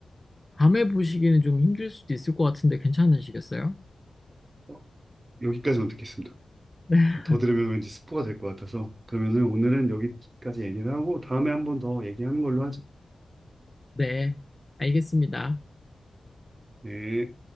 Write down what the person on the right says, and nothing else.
어, 여기까지만 듣겠습니다.
더 들으면 왠지 스포가 될 것 같아서. 그러면은 오늘은 여기까지 얘기를 하고 다음에 한번 더 얘기하는 걸로 하죠.
네.